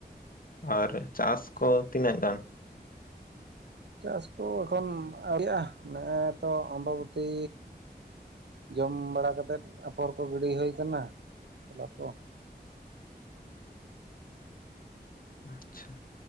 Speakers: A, on the left; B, on the right.
A: ᱟᱨ ᱪᱟᱥ ᱠᱚ ᱛᱤᱱᱟᱹᱜ ᱜᱟᱱ? <inaudible>
B: ᱪᱟᱥ ᱠᱚ ᱮᱠᱷᱚᱱ ᱟᱹᱣᱨᱤᱭᱟᱜᱼᱟ, ᱱᱮᱜᱼᱮ ᱛᱚ ᱟᱢᱵᱟᱵᱚᱛᱤ ᱡᱚᱢ ᱵᱟᱲᱟ ᱠᱟᱛᱮᱫ ᱟᱯᱷᱚᱨ ᱠᱚ ᱜᱤᱲᱤ ᱦᱩᱭ ᱠᱟᱱᱟ ᱛᱚᱞᱟ ᱠᱚ᱾
A: ᱟᱪᱪᱷᱟ